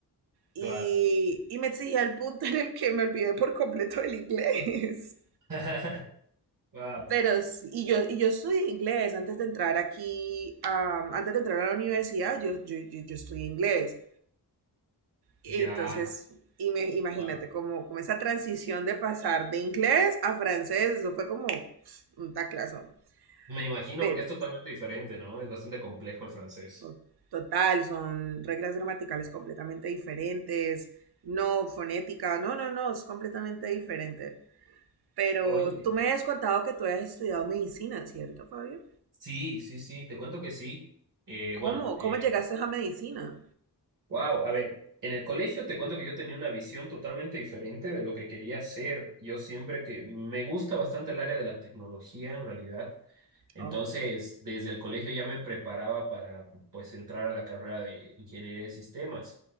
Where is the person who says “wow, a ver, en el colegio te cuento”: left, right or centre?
Right